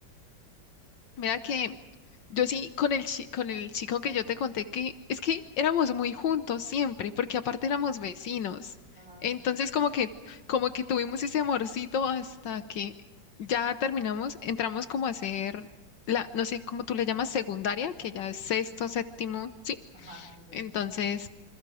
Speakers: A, on the left (about 65°); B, on the right (about 40°).
A: mira que yo sí, con el, chi- con el chico que yo te conté que es que éramos muy juntos siempre, porque aparte éramos vecinos.
B: Ajá,
A: Entonces, como que, como que tuvimos ese amorcito hasta que ya terminamos, entramos como a hacer la, no sé, cómo tú le llamas secundaria, que ya es sexto, séptimo.
B: ajá, sí, sí.
A: Entonces,